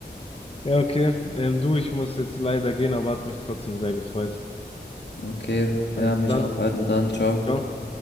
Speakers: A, on the left; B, on the left.
A: Ja, okay. Ähm, du, ich muss jetzt leider gehen, aber hat mich trotzdem sehr gefreut.
B: okay.
A: Also
B: Ja, mich
A: dann,
B: auch. Also dann, ciao.
A: ciao.